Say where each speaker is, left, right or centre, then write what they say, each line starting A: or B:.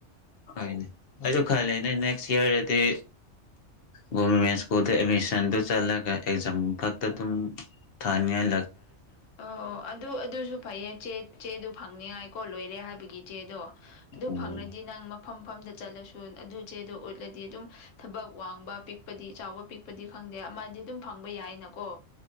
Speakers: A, on the left; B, on the left.
A: ꯍꯣꯏ ꯑꯩꯖꯨ ꯈꯅꯦ ꯅꯦꯛꯁ ꯏꯌꯔꯗꯗꯤ ꯒꯣꯃꯦꯟ ꯁꯀꯨꯜ ꯑꯦꯗꯃꯤꯁꯟ ꯇ ꯆꯂꯒ ꯑꯦꯛꯖꯝ ꯐꯛꯇ ꯗꯨꯝ ꯊꯅꯤꯉꯥꯏ
B: ꯑꯣ ꯑꯣ ꯑꯗꯨ ꯑꯗꯨꯁꯨ ꯐꯩꯌꯦ ꯆꯦꯗꯨ ꯐꯪꯅꯤꯉꯥꯏꯀꯣ ꯂꯣꯏꯔꯦ ꯍꯥꯏꯕꯒꯤ ꯆꯦꯗꯣ ꯑꯗꯨ
A: ꯎꯝ
B: ꯐꯪꯉꯗꯤ ꯅꯪ ꯃꯐꯝ ꯃꯐꯝꯗ ꯆꯠꯂꯁꯨ ꯑꯗꯨ ꯆꯦꯗꯣ ꯎꯠꯂꯗꯤ ꯑꯗꯨꯝ ꯊꯕꯛ ꯋꯥꯡꯕ ꯄꯤꯛꯄꯗꯤ ꯆꯥꯎꯕ ꯄꯤꯛꯄꯗꯤ ꯐꯪꯗ ꯈꯪꯗꯦ ꯑꯃꯗꯤ ꯑꯗꯨꯝ ꯐꯪꯕ ꯌꯥꯏꯅꯀꯣ